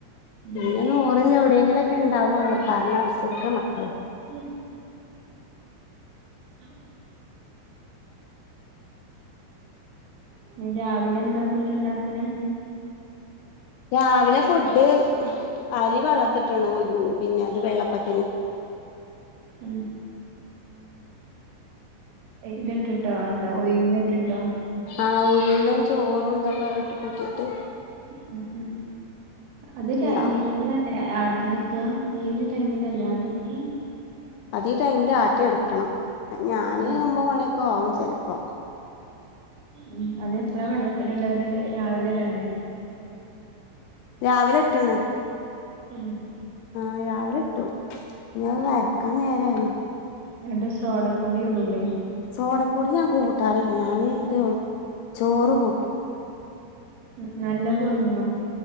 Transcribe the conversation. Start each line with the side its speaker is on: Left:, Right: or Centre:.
Right: ഉം
Left: പിന്നെ നൂറിൽ എവി എവിടേലുംയൊക്കെ ഉണ്ടാവുള്ളൂ പറഞാ അനുസരിക്കുന്ന മക്കള
Right: ഉം <unintelligible> ഉം രാവിലെ എന്താ ഫുഡ്ണ്ട പിന്നെ
Left: രാവിലെ ഫുഡ് അരി വെള്ളത്തിട്ട്ണ് <unintelligible> പിന്നെ അത് വെള്ളപ്പത്തിന്
Right: ഉം ഇതിട്ടിട്ടോ എന്താ ഉഴുന്നിട്ടിട്ടോ
Left: ആ ഉഴുന്നും ചോറുംഇതൊക്കെ ഇട്ട് കൂട്ടിയിട്ട്
Right: ഉം ഉം അത് രാ
Left: ഇണ്ടാവും
Right: ഇപ്പളെ ആട്ടിയെടുക്കാ ഈ ഒരു ടൈമിലല്ലേ ആട്ടിയെടുക്കാ
Left: അതെ ടൈമില് ആട്ടി എടുക്കണം ഞാന്
Right: ഉം
Left: ഒമ്പത് മണി കോം ചെലപ്പോ
Right: ഉം അതെപ്പഴ വെള്ള <unintelligible> രാവിലെ ഇടണ്ടേ
Left: രാവിലെ ഇട്ടാണ്
Right: ഉം
Left: ആ രാവിലെ ഇട്ടു പിന്ന അര ക്കാ നേരായിരുന്നു
Right: രണ്ട് സോടാപ്പൊടി ഇടൂലെ
Left: സോടാപ്പൊടി ഞാൻ കൂട്ടാറില്ല ഞാന് ഇത് ചോറ് കൂട്ടും
Right: ഉം നല്ല പൊങ്ങോ